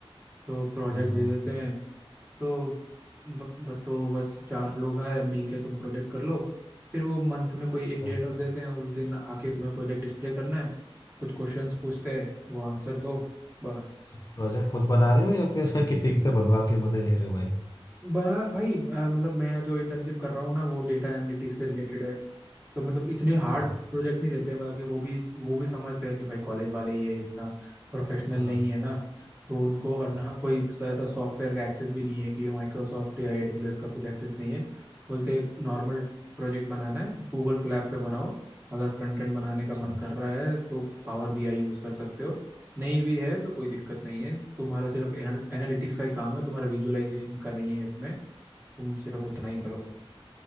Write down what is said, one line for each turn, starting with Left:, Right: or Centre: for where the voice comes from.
Right: तो प्रोजेक्ट
Left: हाँ हाँ,
Right: दे देते हैं तो ब, ब, तो बस चार लोग हैं मिलके तुम प्रोजेक्ट कर लो फिर वो मंथ में कोई
Left: अच्छा
Right: एक डेट रख देते हैं उस दिन आके तुम्हें प्रोजेक्ट डिस्प्ले करना है कुछ क्वेश्चंस पूछते हैं वो आंसर दो बस
Left: प्रोजेक्ट खुद बना रहे हो या फिर <laughs> किसी से बनवा के मजे ले रहे हो भाई
Right: बना भाई अ, मतलब मैं जो इंटर्नशिप कर रहा हूँ ना वो डेटा एनालिटिक्स से रिलेटेड है तो मतलब इतने हार्ड
Left: अच्छा
Right: प्रोजेक्ट नहीं देते हैं मतलब कि वो भी वो भी समझते हैं कि भाई कॉलेज वाले ये इतना प्रोफेशनल
Left: हाँ
Right: नहीं है ना तो उनको और ना कोई ऐसा सॉफ्टवेयर का एक्सेस भी नहीं है कि माइक्रोसॉफ्ट या एडब्ल्यूएस का कुछ एक्सेस नहीं है बोलते एक नॉर्मल प्रोजेक्ट बनाना है गूगल कोलैब पे बनाओ अगर फ्रंट एंड बनाने का
Left: अच्छा
Right: मन कर रहा है तो पावर बीआई यूज़ कर सकते हो नहीं भी है तो कोई दिक्कत नहीं है तुम्हारा सिर्फ एनालिटिक्स का ही काम है तुम्हारा विजुअलाइजेशन का नहीं है इसमें तुम सिर्फ
Left: अच्छा
Right: उतना ही करो
Left: अच्छा